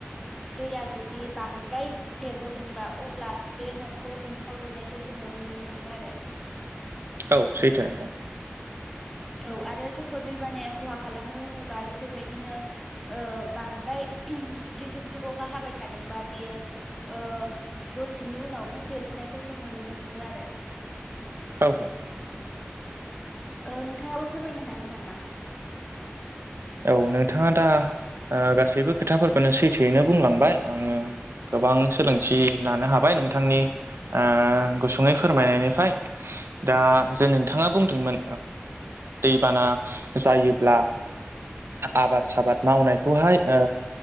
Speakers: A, in the centre; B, on the right.
A: दैया जुदि बांद्राय देरबोदोंबा अब्ला बे न'खौ लोमसावजोबनायखौ जोङो नुनो नुनो मोनो आरो
B: औ सैथो नोंथां
A: औ आरो जोंखौ दै बानाया खहा खालामो होनोबा बेफोरबायदिनो ओ बांद्राय <unintelligible> जुदि जुब-जुब अखा हाबाय थादोंबा बियो ओ दसेनि उनावनो देर देरबोनायखौ जोङो नुनो मोनो आरो
B: औ औ औ
A: ओ नोंथाङाबो फोरमायनो हागोन नामा?
B: औ नोंथाङा दा ओ गासैबो खोथाफोरखौनो सैथोयैनो बुंलांबाय आङो गोबां सोलोंथि लानो हाबाय नोंथांनि ओ गुसुङै फोरमायनायनिफ्राय दा जे नोंथाङा बुंदोंमोन दैबाना जायोब्ला आबाद साबाद मावनायखौहाय ओ